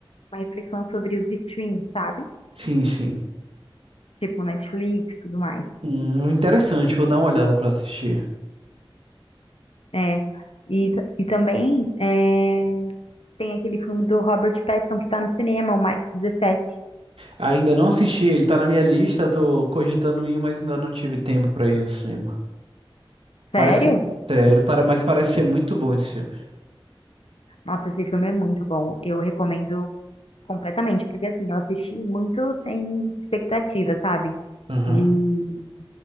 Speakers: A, on the left; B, on the right.
A: uma reflexão sobre os streams, sabe?
B: Sim, sim.
A: Tipo Netflix, tudo mais.
B: Hum, interessante, vou dar uma olhada pra assistir.
A: É. E, t- e também é, tem aquele filme do Robert Pattinson que tá no cinema, o Mike dezessete,
B: Ainda não assisti, ele tá na minha lista, tô cogitando ir, mas ainda não tive tempo pra ir ao cinema.
A: Sério?
B: Parece sério, para, mas parece ser muito bom esse filme.
A: Nossa, esse filme é muito bom. Eu recomendo completamente, porque assim, eu assisti muito sem expectativa, sabe?
B: Aham.
A: De